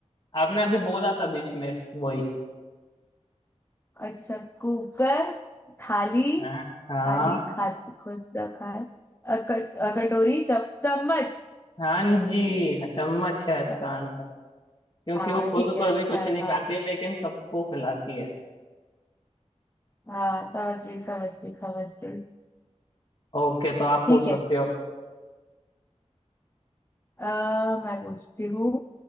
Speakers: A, on the left; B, on the left.
A: आपने अभी बोला था बीच में वही
B: अच्छा कुकर थाली
A: हाँ हाँ
B: थाली खा खुद का खा अ, कट- अ, कटोरी चम, चम्मच
A: हाँ जी हाँ, चम्मच है इसका
B: चम-
A: आंसर क्योंकि
B: हाँ
A: वो खुद
B: ठीक
A: को
B: है
A: अभी
B: अच्छा
A: कुछ
B: है
A: नहीं खाती
B: हाँ
A: लेकिन सबको खिलाती है
B: हाँ समझ गई समझ गई समझ गई
A: ओके तो आप
B: ठीक
A: पूछ
B: है
A: सकते हो अब
B: आ, मैं पूछती हूँ